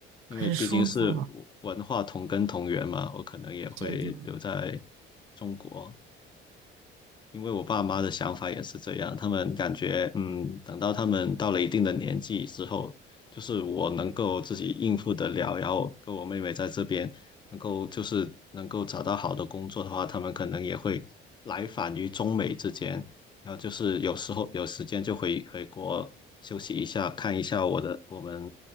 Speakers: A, on the left; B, on the right.
A: 因为毕竟是文化同根同源嘛，
B: 很舒服
A: 我可能也会留在
B: 真的。
A: 中国。因为我爸妈的想法也是这样，他们感觉，嗯，等到他们到了一定的年纪之后，就是我能够自己应付得了，然后跟我妹妹在这边能够就是能够找到好的工作的话，他们可能也会来返于中美之间，然后就是有时候有时间就回回国休息一下，看一下我的我们